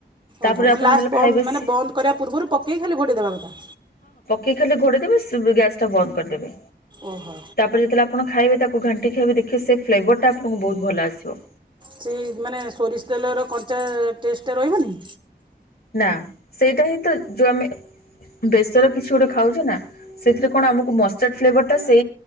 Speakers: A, on the left; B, on the right.
A: ତାପରେ
B: ଓହୋ
A: ଆପଣ
B: ମାନେ ଲାଷ୍ଟ
A: ଯେତେବେଳେ
B: ବନ୍ଦ
A: ଖାଇବେ
B: ମାନେ
A: ସେ
B: ବନ୍ଦ କରିବା। ପୂର୍ବରୁ ପକେଇ ଖାଲି ଗୋଟଏ ଦେବା କଥା
A: କି ଖେ ଘୋରେ ଦେବେ ଗ୍ୟାସ ଟା ବନ୍ଦ କରିଦେବେ।
B: ଓହୋ
A: ତାପରେ ଯେତେବେଳେ ଆପଣ ଖାଇବେ ତାକୁ ଘାଣ୍ଟି ଖାଇବେ ଦେଖେ ସେ ଫ୍ଲେଭରଟା ଆପଣଙ୍କୁ ବହୁତ ଭଲ ଆସିବ।
B: ସେ ମାନେ ସୋରିଷ ତେଲର କଞ୍ଚା ଟେଷ୍ଟଟା ରହିବନି
A: ନା ସେଇଟା ହିଁ ତ ଯୋଉ ଆମେ ବେସର କିଛି ଗୋଟେ ଖାଉଛେ ନା ସେଥିରେ କଣ ଆମକୁ ମଷ୍ଟାର୍ଡ ଫ୍ରଟା ସେ